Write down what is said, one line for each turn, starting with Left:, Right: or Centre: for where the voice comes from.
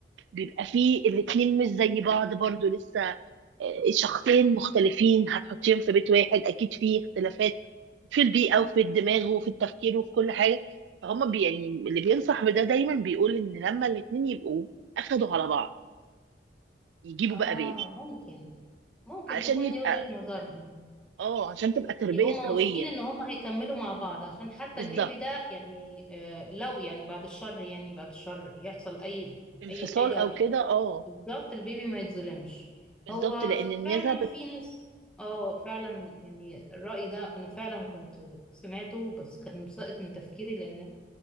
Right: بيبقى فيه الاتنين مش زي بعض برضو لسه آه، شخصين مختلفين هتحطيهم في بيت واحد اكيد فيه اختلافات في البيئة وفي الدماغ وفي التفكير وفي كل حاجة فهم بي يعني اللي بينصح بده دايما بيقول ان لما الاتنين يبقوا اخدوا على بعض يجيبوا
Centre: اه
Right: بقى بيبي
Centre: ممكن ممكن
Right: علشان
Centre: تكون
Right: يبقى
Centre: دي وجهة نظرهم
Right: اه عشان تبقى تربية
Centre: هما
Right: سوية
Centre: واثقين ان هما هيكملوا مع بعض عشان حتى
Right: بالظبط
Centre: البيبي ده يعني آه لو يعني بعد الشر يعني بعد الشر يحصل اي
Right: انفصال
Centre: اي حاجة
Right: او كده اه
Centre: بالظبط البيبي ما يتظلمش
Right: بالظبط
Centre: هو
Right: لان النسب
Centre: فعلا في ناس اه فعلا يعني الرأي ده انا فعلا كنت سمعته بس كان ساقط من تفكيري لان